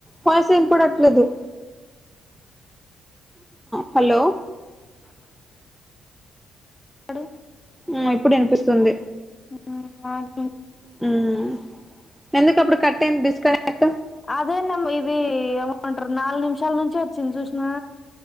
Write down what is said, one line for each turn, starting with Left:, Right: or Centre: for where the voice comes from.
Centre: Voice వినపడట్లేదు. Hello
Left: అ <inaudible> ఆడు
Centre: ఆ ఇప్పుడు వినిపిస్తుంది.
Left: మ <unintelligible>
Centre: ఉమ్ ఎందుకుప్పుడు కట్ అయింది డిస్కనెక్ట్.
Left: అదేనమ్మ ఇది ఏమంటారు నాలుగు నిమిషాల నుంచి వచ్చింది చూసినా